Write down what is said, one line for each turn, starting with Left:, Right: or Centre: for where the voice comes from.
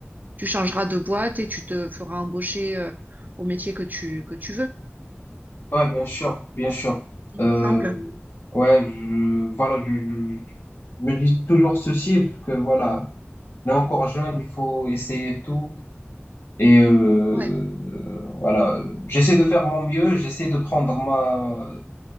Right: tu changeras de boîte et tu te feras embaucher euh, au métier que tu, que tu veux,
Left: Ouais, bien sûr, bien sûr.
Right: il
Left: Euh,
Right: me semble.
Left: ouais, je, voilà, je, je- je me dis toujours ceci, parce que voilà, on est encore jeune, il faut essayer tout. Et euh,
Right: Ouais,
Left: voilà, j'essaie de faire mon mieux, j'essaie de prendre ma,